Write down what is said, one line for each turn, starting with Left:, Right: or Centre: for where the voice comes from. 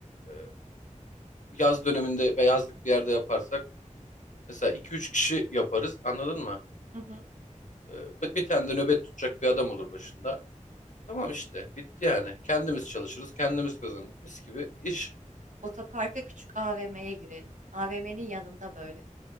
Left: e, yaz döneminde ve yazlık bir yerde yaparsak mesela iki üç kişi yaparız. Anladın mı?
Right: Hı hı.
Left: E, bir bir tane de nöbet tutacak bir adam olur başında. Tamam işte bitti yani. Kendimiz çalışırız, kendimiz kazanırız. Mis gibi iş.
Right: Otoparka küçük AVM'ye girelim. AVM'nin yanında böyle.